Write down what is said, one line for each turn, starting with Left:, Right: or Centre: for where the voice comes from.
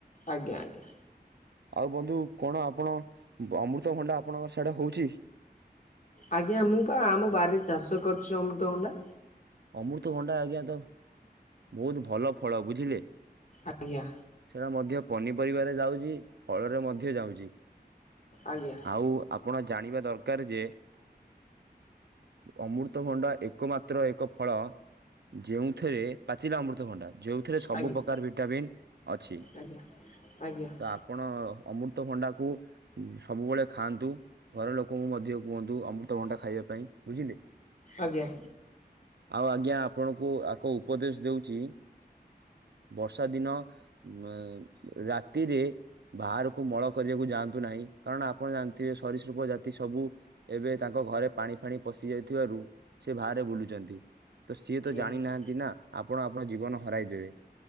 Left: ଆଜ୍ଞା ଆଜ୍ଞା।
Right: ଆଉ ବନ୍ଧୁ କଣ ଆପଣ ଅମୃତଭଣ୍ଡା ଆପଣଙ୍କ ସଇଡ଼େ ହଉଚି।
Left: ଆଜ୍ଞା ମୁଁ ପା ଆମ ବାରିରେ ଚାଷ କରିୁଛି ଅମୃତଭଣ୍ଡା।
Right: ଅମୃତଭଣ୍ଡା ଆଜ୍ଞା ତ ବହୁତ ଭଲ ଫଳ ବୁଝିଲେ।
Left: ଆଜ୍ଞା।
Right: ସେଇଟା ମଧ୍ୟ ପନିପରିବାରେ ଯାଉଛି ଫଳରେ ମଧ୍ୟ ଯାଉଛି।
Left: ଆଜ୍ଞା।
Right: ଆଉ ଆପଣ ଜାଣିବା ଦରକାର୍ ଯେ ଅମୃତଭଣ୍ଡା ଏକମାତ୍ର ଏକ ଫଳ ଯେଉଁଥିରେ ପାଚିଲା ଅମୃତଭଣ୍ଡା ଯେଉଁଥିରେ ସବୁ
Left: ଆଜ୍ଞା
Right: ପ୍ରକାର ଭିଟାମିନ୍ ଅଛି।
Left: ଆଜ୍ଞା -ଆଜ୍ଞା।
Right: ତ ଆପଣ ଅମୃତଭଣ୍ଡାକୁ ସବୁବେଳେ ଖାଆନ୍ତୁ ଘର ଲୋକଙ୍କୁ ମଧ୍ୟ କୁହନ୍ତୁ ଅମୃତଭଣ୍ଡା ଖାଇବା ପାଇଁ ବୁଝିଲେ।
Left: ଆଜ୍ଞା।
Right: ଆଉ ଆଜ୍ଞା ଆପଣଙ୍କୁ ଆ-କ ଉପଦେଶ୍ ଦଉଚି ବର୍ଷା ଦିନ ଉଁ -ରାତିରେ ବାହାରକୁ ମଳ କରିବାକୁ ଯାଆନ୍ତୁ ନାହିଁ। କାରଣ ଆପଣ ଜାଣିଥିବେ ସରୀସୃପ ଜାତି ସବୁ ଏବେ ତାଙ୍କ ଘରେ ପାଣି ଫାଣି ପଶି ଯାଇଥିବାରୁ ସେ ବାହାରେ ବୁଲୁଚନ୍ତି ତ ସିଏ ତ ଜାଣି
Left: ଆଜ୍ଞା
Right: ନାହାନ୍ତି ନା ଆପଣ ଆପଣଙ୍କ ଜୀବନ ହରାଇ ଦେବେ।